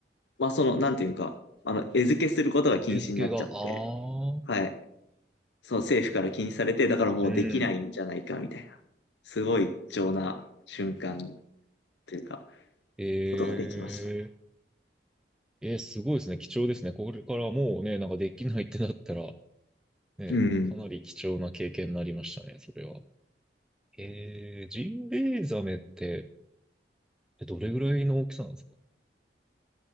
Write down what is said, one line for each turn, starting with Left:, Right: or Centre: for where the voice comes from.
Left: まあその、なんていうか、あの、餌付けすることが禁止になっちゃって、
Centre: 餌付けが、ああ。
Left: はい。そう政府から禁止されて、だからもうできないんじゃないかみたいな、
Centre: うん。
Left: すごい貴重な瞬間というか、
Centre: ええ
Left: ことができましたね。
Centre: えーすごいですね。貴重ですね。これからもうね、なんかできないってなったら、ね、
Left: うん。
Centre: かなり貴重な経験になりましたね、それは。えー、ジンベエザメって、えどれぐらいの大きさなんですか